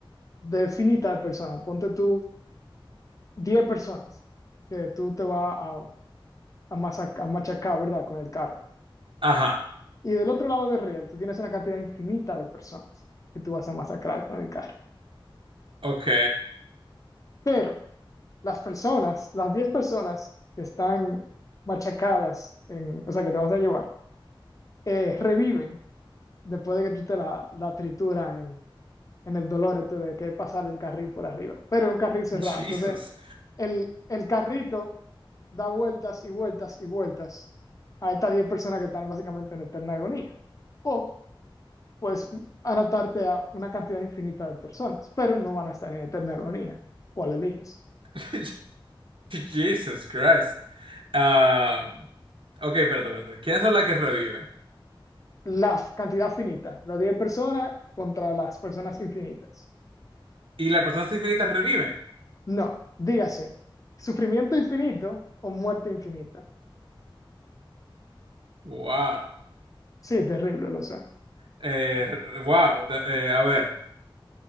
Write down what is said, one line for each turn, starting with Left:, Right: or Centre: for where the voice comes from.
Left: definita de personas. Ponte tú 10 personas que tú te vas a, a masac- a machacar, ¿verdad? Con el carro.
Right: Ajá.
Left: Y del otro lado del riel, tú tienes una cantidad infinita de personas que tú vas a masacrar con el carro.
Right: Ok.
Left: Pero las personas, las 10 personas que están machacadas, en, o sea, que te vas a llevar, eh, reviven después de que tú te la, la trituras en, en el dolor este de que pasar el carril por arriba. Pero es un carril cerrado.
Right: Jesus.
Left: Entonces, el, el carrito da vueltas y vueltas y vueltas a estas 10 personas que están básicamente en eterna agonía. O pues anotarte a una cantidad infinita de personas, pero no van a estar en eterna agonía. ¿Cuál eliges?
Right: <laughs> Jesus Christ. Ah, ok, espérate, espérate. ¿Quiénes son las que reviven?
Left: La cantidad finita, las 10 personas contra las personas infinitas.
Right: ¿Y las personas infinitas reviven?
Left: No, dígase, sufrimiento infinito o muerte infinita.
Right: Wow.
Left: Sí, terrible, lo sé.
Right: Eh, re- wow. De- eh, a ver.